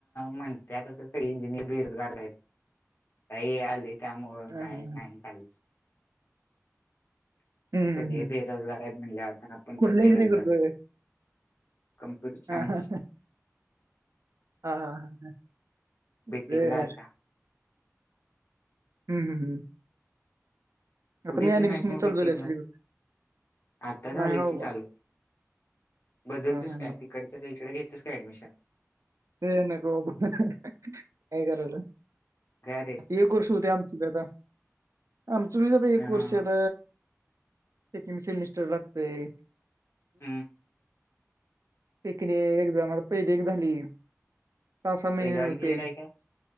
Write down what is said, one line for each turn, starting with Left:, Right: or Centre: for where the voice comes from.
Left: म्हणते आता त स इंजिनीअर बेरोजगार आहेत काही आली त्यामुळं
Right: हा
Left: काय
Right: हा हा
Left: नाही चाल
Right: हम्म हम्म
Left: सगळे
Right: हम्म.
Left: बेरोजगार आहेत म्हणले आता आपण
Right: कुठलं
Left: पण बेरोजगारच
Right: इंजिनिअरिंग करतोय?
Left: कमप्युटर सायंस
Right: हा हा हा हा हा ह
Left: बीटेकला
Right: बर
Left: आता
Right: हम्म हम्म हम्म आता
Left: तू घेतला
Right: मी ऍडमिशन
Left: नाहीस म बीटेकला
Right: चालू झाली सिलेबस
Left: आता झाले
Right: नाही हो
Left: की
Right: बा
Left: चालू बदलतोस
Right: हा हा
Left: काय
Right: हा
Left: तिकडच इकडे घेतोस का ऍडमिशन
Right: ते नक बाबा काय गरज आहे
Left: काय रे
Right: एक गोष्ट आमची बता आम चुसात
Left: हा
Right: वर्षाद
Left: हा हा.
Right: सेकंड सेमिस्टर लागतय
Left: हम्म
Right: पिकने एक ज मला पहिली एक झाली सहा सहा महिने
Left: पहिले ऑल
Right: हुते
Left: क्लिअर आहे का